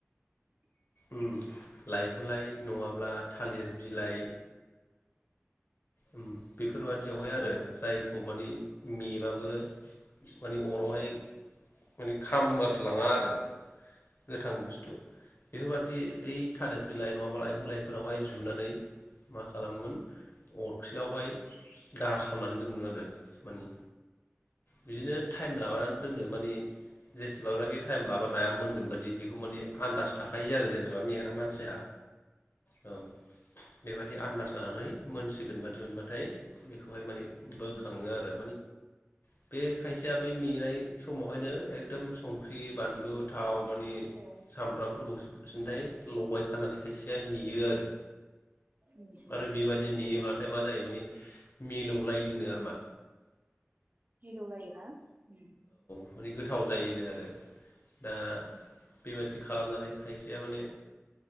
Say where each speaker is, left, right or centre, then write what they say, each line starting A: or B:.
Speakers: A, on the left; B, on the right.
A: उम लाइहुलाय नङाब्ला थालिर बिलाइ उम बेफोरबादियावहाय आरो
B: औ
A: जायखौ माने मेबाबो माने अरावहाय माने खामगारलाङा आरो गोथां बुस्थु। बेफोरबादि ओइ थालेट बिलाइ नङाब्ला लाइहु लाइफोरावहाय जुनानै मा खालामोमोन अरखियावहाय गारसननानै दोनोमोन आरो मानि बिदिनो टाइम लाबानानै दोनो माने जेसेबांनाखि टाइम लाब नाया मोनगोन बादि बेखौ माने आनदास थाखायो आरो जेनेबा मेग्रा मानसिहा। औ बेबादि आन्दाज लानानै मोनसिगोन बादि मोनबाथाय बेखौहाय माने बोखाङो
B: उम
A: आरो बै बे खायसेया बे मेनाय समावहायनो एकदम संख्रि बानलु थाव मानि
B: औ उम
A: सामब्राम सिन्थाय लगाय खानानै खायसेया मेयो आरो।
B: उम
A: आरो बेबादि मेयोबा मा जायो माने, मिलौ लायोनो आरोमा।
B: मिलौ लायो ना? ओम
A: माने गोथाव जायो। आरो दा
B: उम
A: बेबायादि खालामनानै खायसेया माने